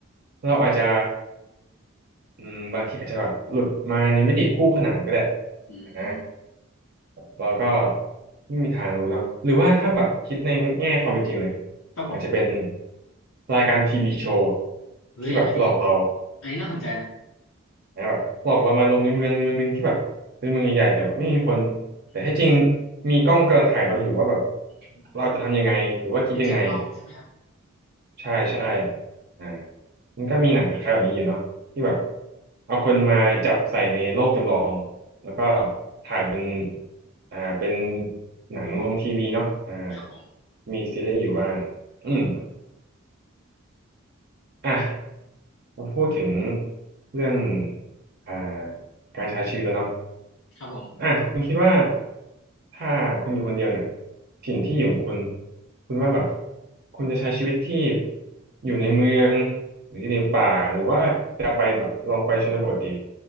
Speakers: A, on the right; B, on the left.
A: เราอาจจะอืมบางทีอาจจะแบบหลุดมาในมิติคู่ขนานก็ได้
B: อืมอืม
A: อ่า เราก็ไม่มีทางรู้เนาะหรือว่าถ้าแบบคิดในแง่ความเป็นจริงเลย
B: ครับผม
A: อาจจะเป็นรายการทีวีโชว์
B: เฮ้ยอันนี้
A: ที่แบบหลอกเรา
B: อันนี้น่าสนใจนะ
A: นะแบบหลอกเรามาลงในเมืองเมืองหนึงที่แบบเป็นเมืองใหญ่ๆแต่แบบไม่มีคน
B: อืม
A: แต่ให้จริงมีกล้องกำลังถ่ายเราอยู่ว่าแบบ
B: อืม
A: เราจะทำยังไงหรือว่าคิดยังไง
B: เป็นจำลองใช่ไหมครับ
A: ใช่ใช่อ่ามันก็มีหนังคล้ายๆแบบนี้อยู่เนาะที่แบบเอาคนมาจับใส่ในโลกจำลองแล้วก็ถ่ายเป็นอ่าเป็นหนังลงทีวีเนาะอ่า
B: ครับผม
A: มีซีรีส์อยู่บ้างอืม
B: อืม
A: อ่ะมาพูดถึงเรื่องอ่าการใช้ชีวิตแล้วเนาะ
B: ครับผม
A: อ่ะคุณคิดว่าถ้าคุณอยู่คนเดียวเนี่ยถิ่นที่อยู่ของคุณคุณว่าแบบคุณจะใช้ชีวิตที่อยู่ในเมืองหรืออยู่ในป่าหรือว่าจะไปแบบลองไปชนบทดี